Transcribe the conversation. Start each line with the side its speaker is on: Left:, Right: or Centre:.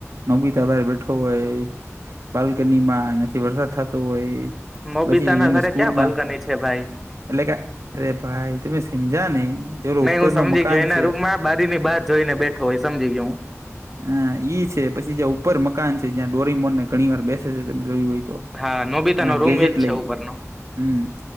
Right: નોબીતા બાર બેઠો હોય બાલ્કની માં નથી વરસાદ થતો હોય
Centre: નોબિતા
Right: પછી
Centre: ના
Right: એને
Centre: ઘરે
Right: સ્કૂલમાં
Centre: ક્યાં બાલ્કની છે ભાઈ?
Right: એટલે કે અરે ભાઈ તમે સમજ્યા નહી જરો
Centre: નહી
Right: ઉપર
Centre: હું સમજી
Right: ન મકાન
Centre: ગયો એના
Right: છે
Centre: રૂમમાં બારી ની બહાર જોઈને બેઠ થો એ સમજી ગયો હું.
Right: હ ઈ છે પછી જ્યાં ઉપર મકાન છે જ્યાં ડોરી મોરને ઘણી વાર બેસે છે તમે જોયું હોય તો?
Centre: હા નોબિતા
Right: એના
Centre: નો રૂમ
Right: ગેજેટ
Centre: એજ છે
Right: લઈને
Centre: ઉપરનો.
Right: હમ